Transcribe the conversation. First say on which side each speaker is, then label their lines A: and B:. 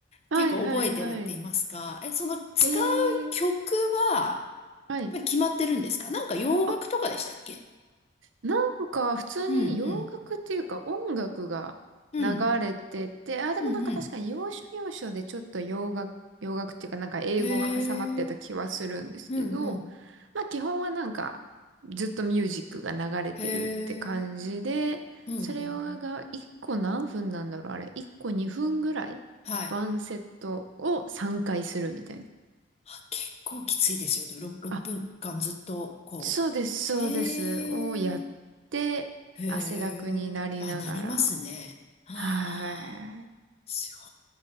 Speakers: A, on the right; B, on the left.
A: はいはいはい。
B: 結構覚えてるって言いますか。え、その使う
A: えー、
B: 曲は、
A: はい。
B: まあ決まってるんですかなんか洋楽とかでしたっけ
A: あ、なんか普通に洋楽っていうか音楽が流れてて、
B: うん、うん、うん、
A: あ、でもなんか確かに要所要所でちょっと洋楽、
B: うん、うん。
A: 洋楽っていうかなんか英語が挟まってた気はするんですけど、
B: へえ、うん、うん。
A: まあ基本はなんかずっとミュージックが流れてるって感じで、
B: へえ、うん、うん、
A: それが1個何分なんだろうあれ、
B: うん。
A: 1個2分ぐらいワンセットを3回するみたいな。
B: はい。あ結構きついですよね。6、
A: あ、
B: 分間ずっと、こう。
A: そうです、そうです。
B: へえ、
A: をやって、
B: へえ、
A: 汗だくになりながら。
B: あ、なりますね。は
A: はい。
B: あ、すご